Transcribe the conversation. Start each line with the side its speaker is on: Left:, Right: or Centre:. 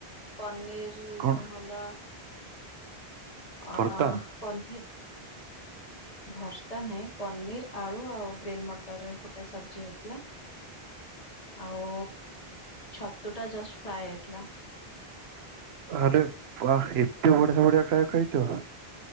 Left: ପନିର
Right: କଣ
Left: ଯୋଉ ହେଲା
Right: ଭର୍ତ୍ତା
Left: ଅ ପ <unintelligible> ଭର୍ତା ନାହିଁ ପନିର ଆଳୁ ଆଉ ଗ୍ରୀନ୍ ମଟରରେ ଗୋଟେ ସବଜି ହେଇଥିଲା। ଆଉ ଛତୁ ଟା ଜଷ୍ଟ ଫ୍ଲାଏ ହେଇଥିଲା।
Right: ଆରେ ବା ଏତେ ବଢିଆ ବଢିଆ ଖାଇବା ଖାଇଚ?